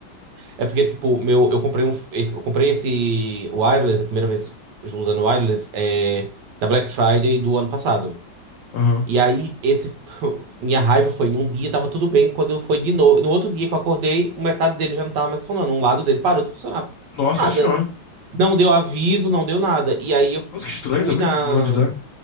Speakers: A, on the right; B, on the left.
A: É porque, tipo, meu, eu comprei um, esse- eu comprei esse wireless, a primeira vez usando wireless, é, na Black Friday do ano passado.
B: Aham.
A: E aí, esse, <laughs> minha raiva foi, num dia tava tudo bem, quando eu fui de novo, no outro dia que eu acordei, um metade dele já não tava mais funcionando, um lado dele parou de funcionar.
B: Nossa
A: Nada.
B: senhora.
A: Não deu aviso, não deu nada. E aí eu
B: Nossa, que estranho
A: fui
B: também,
A: na,
B: não avisar.